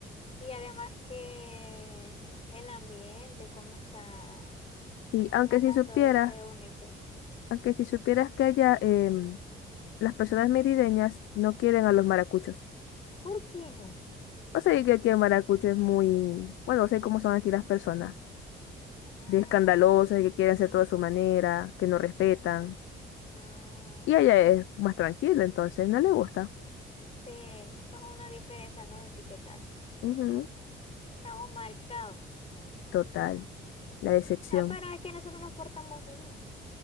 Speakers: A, on the left; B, on the left.
A: y además que el ambiente, cómo está.
B: Y
A: ¿Cómo
B: aunque
A: está
B: si supieras,
A: todo? Se ve bonito.
B: aunque si supieras que allá em, las personas merideñas no quieren a los maracuchos.
A: ¿Por qué no?
B: O sea, que aquí el maracucho es muy, bueno, no sé cómo son aquí las personas,
A: Mm,
B: de escandalosas, que quieren hacer todo a su manera, que no respetan.
A: mm,
B: Y allá es más tranquilo, entonces no le gusta.
A: sí, es una diferencia, nos etiquetaron.
B: Ujú,
A: Estamos marcados.
B: Total, la decepción.
A: Ah, pero es que nosotros nos portamos bien.